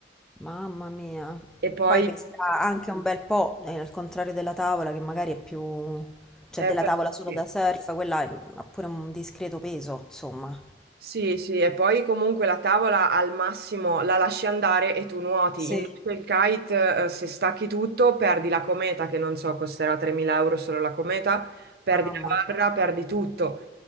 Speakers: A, in the centre; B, on the right (about 55°).
A: Mamma mia.
B: E poi...
A: Poi peserà anche un bel po', eh, al contrario della tavola, che magari è più... cioè
B: eh,
A: della tavola solo
B: sì.
A: da surf, quella è- ha pure un discreto peso, insomma.
B: Sì, sì, e poi comunque la tavola al massimo la lasci andare e tu nuoti.
A: Sì.
B: Invece il kite, eh, se stacchi tutto, perdi la cometa, che non so, costerà 3.000 euro solo la cometa, perdi
A: Mamma.
B: la barra, perdi tutto.